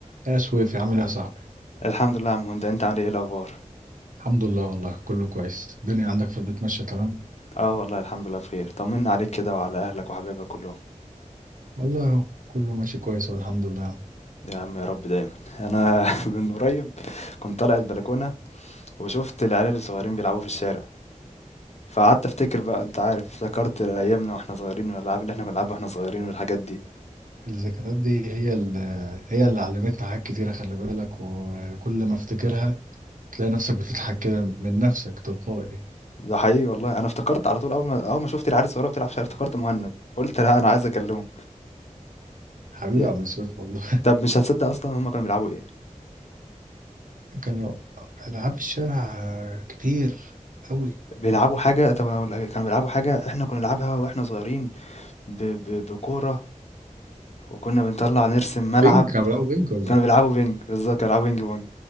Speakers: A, on the right; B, on the left.
A: يا شويف عامل ايه يا صاحبي
B: الحمد لله يا عم هند انت عامل ايه الاخبار
A: الحمد لله والله كله كويس الدنيا عندك في البيت ماشية تمام
B: اه والله الحمد لله بخير طمنا عليك كده وعلى اهلك وحبايبك كلهم
A: والله اهو كله ماشي كويس والحمد لله
B: يا عم يا رب دايما انا <laughs> من قريب كنت طالع البلكونه وشفت العيال الصغيرين بيلعبوا في الشارع فقعدت افتكر بقى انت عارف افتكرت ايامنا واحنا صغيرين والالعاب اللي احنا كنا بنلعبها واحنا صغيرين والحاجات دي
A: الذكريات دي هي اللي هي اللي علمتنا حاجات كتيرة خلي بالك وكل ما افتكرها تلاقي نفسك بتضحك كده من نفسك تلقائي
B: ده حقيقي والله انا افتكرت على طول اول ما اول ما شفت العيال الصغيره بتلعب في الشارع افتكرت مهند قلت لا انا عايز اكلمه
A: حبيبي
B: يا-
A: يا عم سويف والله
B: طب مش هتصدق اصلا هم كانوا بيلعبوا ايه
A: <laughs> كانوا ألعاب الشارع كتير أوي
B: بيلعبوا حاجه طب أقول لك، كانوا بيلعبوا حاجه احنا كنا نلعبها واحنا صغيرين ب... ب... بكوره وكنا بنطلع نرسم ملعب
A: بينج كانوا بيلعبوا بينج ولا
B: كانوا بيلعبوا بينج بالظبط كانوا بيلعبوا بينج بونج